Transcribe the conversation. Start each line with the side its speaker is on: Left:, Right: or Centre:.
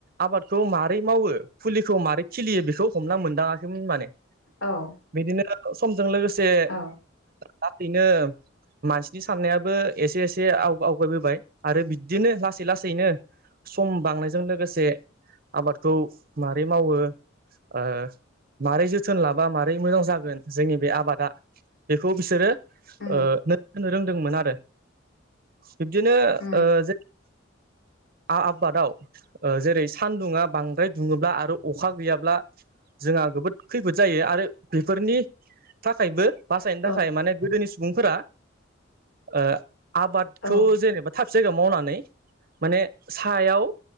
Right: आबादखौ मारै मावो फुलिखौ मारै खिलियो बेखौ हमना मोनदाङाखैमोन माने।
Left: औ।
Right: बिदिनो समजों लोगोसे
Left: औ
Right: <unintelligible> मानसिनि साननायाबो एसे एसे एसे आवग-आवगायबोबाय आरो बिदिनो लासै लासैनो सम बांनायजों लोगोसे आबादखौ मारै मावो ओ मारै जोथोन लाबा मारै मोजां जागोन जोंनि बे आबादा बेखौ बिसोरो
Left: उम
Right: ओ होनो रोंदोंमोन आरो। बिब्दिनो
Left: उम
Right: ओ जे आ-आबादाव ओ जेरै सानदुङा बांद्राय दुङोब्ला आरो अखा गैयाब्ला जोंहा जबोद खैफोद जायो आरो बेफोरनि थाखायबो बासायनो थाखाय
Left: औ
Right: माने गोदोनि सुबुंफोरा ओ आबादखौ
Left: औ
Right: जेनेबा थाब जायगायाव मावनानै माने सायाव